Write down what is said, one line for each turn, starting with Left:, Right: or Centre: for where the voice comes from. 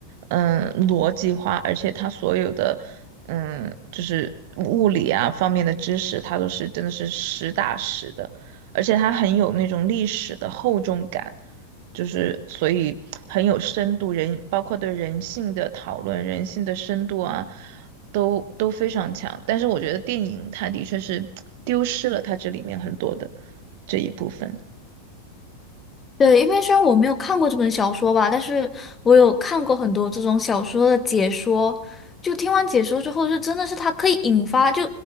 Right: 嗯，逻辑化，而且他所有的，嗯，就是物理啊方面的知识，他都是真的是实打实的，而且他很有那种历史的厚重感，就是所以很有深度，人包括对人性的讨论、人性的深度啊，都都非常强。但是我觉得电影它的确是丢失了它这里面很多的这一部分。
Left: 对，因为虽然我没有看过这本小说吧，但是我有看过很多这种小说的解说。就听完解说之后，就真的是它可以引发，就